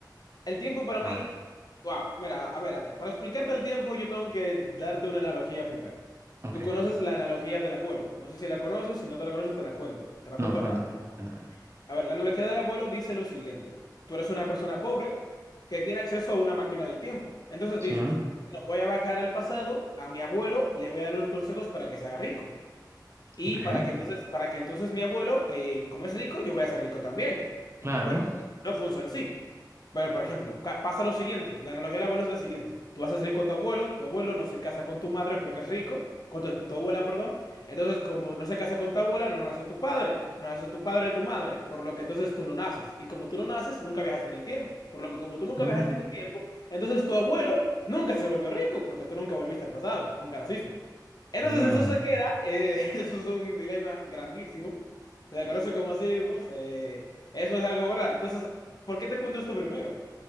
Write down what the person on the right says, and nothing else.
A ver,
ok.
No,
cuéntame,
cuéntame.
Sí,
ok.
Claro.
Uh,
damn.